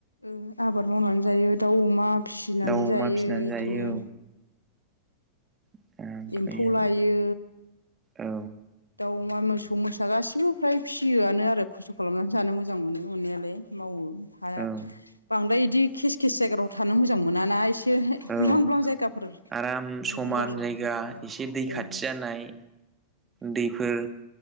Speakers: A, on the left; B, on the right.
A: औ आबाद मावनानै जायो दाउ, अमा फिसिनानै
B: दाउ अमा
A: जायो
B: फिसिनानै
A: इदिनो
B: जायो औ ओमफ्रायो
A: एम्फौ लायो
B: औ।
A: दाउ अमा, मोसौ -मोसा गासिबो फ्राय फिसियोआनो आरो खस्थ' खालामनानै जानो मोजां मोनो मोननायालाय मावो। रुम बारा
B: औ
A: -बांद्राय इदि केस- केेस जायगायाव थानो मोजां मोनाना एसे
B: औ
A: ब्लां -ब्लां जायगाफोर
B: आराम
A: थानो
B: समान
A: मोजां मोनो
B: जायगा
A: ओं-ओं।
B: एसे दै खाथि जानाय दैफोर